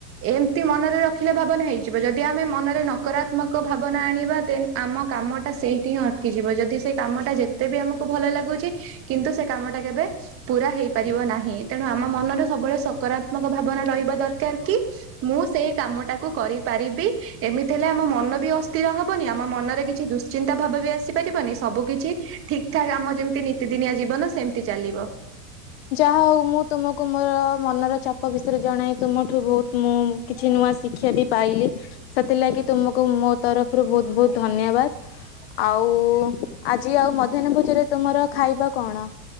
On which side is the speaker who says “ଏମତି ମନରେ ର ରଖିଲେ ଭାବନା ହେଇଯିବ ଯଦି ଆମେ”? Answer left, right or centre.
Right